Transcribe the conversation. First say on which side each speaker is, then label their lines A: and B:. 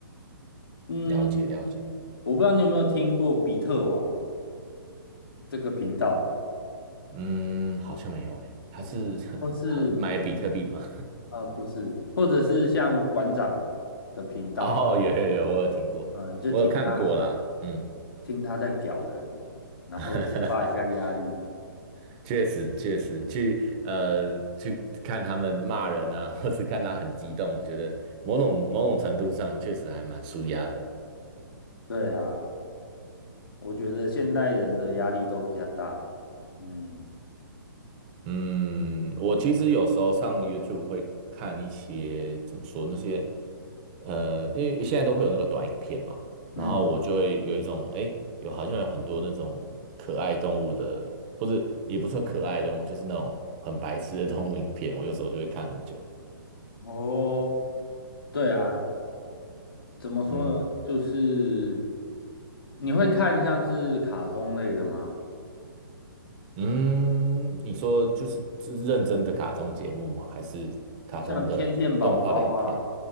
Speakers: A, on the left; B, on the right.
A: 嗯，
B: 了解了解，
A: 我不知道你有没有听过比特王这个频道
B: 嗯，好像没有诶，他是
A: 哦，
B: <laughs>
A: 或是
B: 买比特币的吗？
A: 呃不是，或者是像馆长的频道，
B: <laughs> 哦，有有有，我有听过，
A: 嗯、就听他
B: 我有看过啦，嗯，
A: 听他在屌人，然后抒发一下压力。
B: <laughs> 确实确实，去呃去看他们骂人啊，或是看他很激动，我觉得某种某种程度上确实还蛮舒压的。
A: 对啊，我觉得现代人的压力都比较大。嗯
B: 嗯，我其实有时候上 YouTube 会看一些怎么说那些，呃，因为现在都会有那个短影片嘛，
A: 嗯，
B: 然后我就会有一种，诶，有好像有很多那种可爱动物的，或者也不算可爱动物，就是那种很白痴的动物影片，我有时候就会看很久。
A: 哦，对啊，怎么说呢？
B: 嗯
A: 就是你会看像是卡通类的吗？
B: 嗯，你说就是就是认真的卡通节目吗？还是卡通的动画的影片？
A: 像天线宝宝啊，